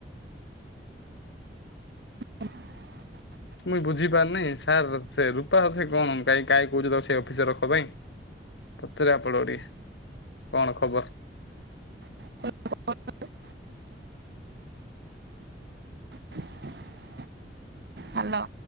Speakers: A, on the right (about 60°); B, on the left (about 85°).
A: <inaudible>
B: ମୁ ବୁଝିପାରୁନି ସାର୍ ସେ ରୂପା ଅଫିସ୍ ରେ କଣ କାଇଁ କାହିଁ କହୁଛ ସେ ସେଇ ଅଫିସରେ ରଖ ପାଇଁ। ପଚାରେ ଆପଣଙ୍କୁ ଟିକେ। କଣ ଖବର?
A: <unintelligible> <inaudible> ହାଲୋ